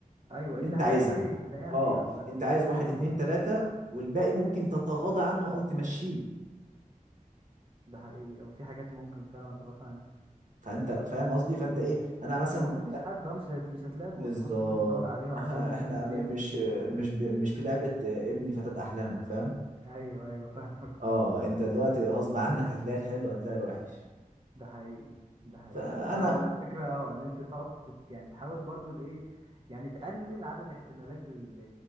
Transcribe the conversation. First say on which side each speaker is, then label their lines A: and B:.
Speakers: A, on the right (about 40°); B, on the right (about 60°).
A: ايوه
B: اللي
A: اللي
B: انت
A: هلاقيها
B: عايزها
A: فين هلاقيها
B: اه
A: فين عامة
B: انت عايز
A: يعني
B: واحد
A: ايوه
B: اتنين
A: فاهم
B: تلاته والباقي ممكن تتغاضى عنه او تمشيه
A: ده حقيقي او في حاجات ممكن فعلا تضغط عنها
B: فانت فاهم قصدي فانت ايه انا مثلا
A: ما هو مفيش
B: لا
A: حد اه مش هت... مش هتلاقي المواصفات
B: بالظبط
A: اللي انت بتدور عليها
B: ما احنا
A: اظن
B: احنا
A: يعني
B: م-
A: 100%
B: مش مش ب- مش في لعبه آه، ابني فتاة احلامك فاهم
A: ايوه ايوه فاهمك <laughs> فاهم
B: اه انت دلوقتي غصب عنك هتلاقي الحلو هتلاقي الوحش
A: ده حقيقي ده حقيقي
B: فانا
A: فهو الفكره اه ان انت تقعد تت... يعني تحاول برضو الايه يعني تقلل عدد احتمالات ال-